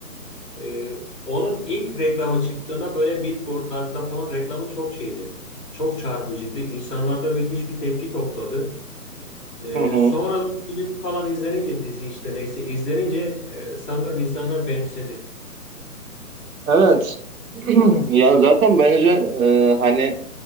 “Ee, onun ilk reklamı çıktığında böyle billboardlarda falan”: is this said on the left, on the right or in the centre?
Left